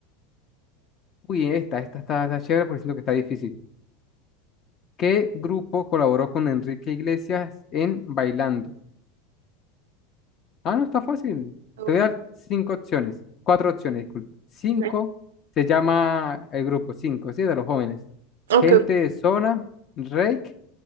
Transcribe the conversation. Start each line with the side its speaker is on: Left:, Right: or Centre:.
Left: uy, esta, esta está, está chévere porque siento que está difícil. ¿Qué grupo colaboró con Enrique Iglesias en Bailando? Ah, no, está fácil.
Right: No,
Left: Te voy a dar cinco opciones. Cuatro opciones, disculpa. Cinco
Right: no.
Left: se llama el grupo, cinco, ¿sí? De los jóvenes.
Right: Ok,
Left: Gente
Right: ok.
Left: de Zona, Rake